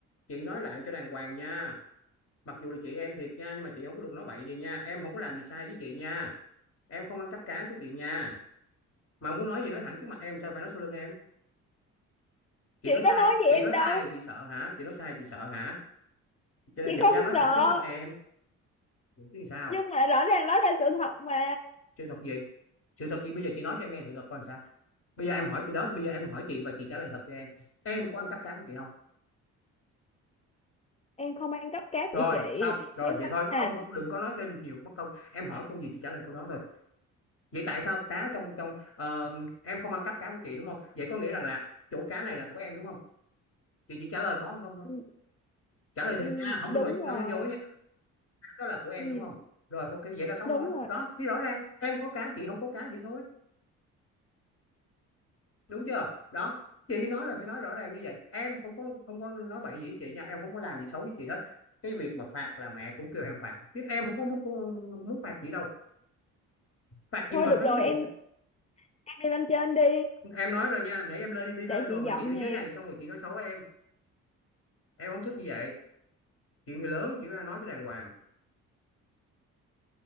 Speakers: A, on the left; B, on the left.
A: chị nói lại cho đàng hoàng nha mặc dù là chị em thiệt nha nhưng mà chị không có được nói bậy gì nha em không có làm gì sai với chị nha em không ăn cắp cá của chị nha mà muốn nói gì nói thẳng trước mặt em sao phải nói sau lưng em chị
B: Chị
A: nói sai
B: có nói gì
A: chị
B: em
A: nói
B: đâu.
A: sai chị sợ hả chị nói sai chị sợ hả cho nên
B: Chị
A: chị không
B: không
A: dám nói
B: sợ.
A: thẳng trước mặt em Vậy chứ sao
B: Nhưng mà rõ ràng đó là sự thật mà.
A: sự thật gì sự thật chị bây giờ chị nói cho em nghe sự thật coi làm sao bây giờ em hỏi chị đó bây giờ em hỏi chị và chị trả lời thật cho em em có ăn cắp cá của chị không
B: Em không ăn cắp cá
A: rồi
B: của chị.
A: xong rồi
B: Nhưng
A: vậy thôi
B: mà...
A: không đừng có nói thêm chiều mất công em hỏi câu gì chị trả lời câu đó thôi vậy tại sao cá trong trong ờ, em không ăn cắp cá của chị đúng không vậy có nghĩa rằng là chỗ cá này là của em đúng không chị chỉ trả lời có hay không thôi
B: Ừ,
A: trả lời thiệt
B: ừ,
A: nha không được
B: đúng
A: nói nói
B: rồi.
A: dối nha Cá đó là của em
B: Ừ,
A: đúng không rồi ok vậy là xong
B: đúng
A: rồi
B: rồi.
A: đó thì rõ ràng em có cá chị không có cá vậy thôi đúng chưa đó chị nói là phải nói rõ ràng như vậy em không có không có nói bậy gì với chị nha em không có làm gì xấu với chị hết cái việc mà phạt là mẹ cũng kêu em phạt chứ em không có muốn muốn phạt chị đâu phạt chị
B: Thôi
A: mệt
B: được
A: lắm
B: rồi,
A: chứ bộ
B: em em đi lên trên đi.
A: em nói rồi nha nãy em lên đi lên
B: Để
A: rồi
B: chị
A: mà
B: dọn
A: chị ở dưới
B: nhà.
A: này xong rồi chị nói xấu em em không thích như vậy chuyện người lớn chỉ ra nói cho đàng hoàng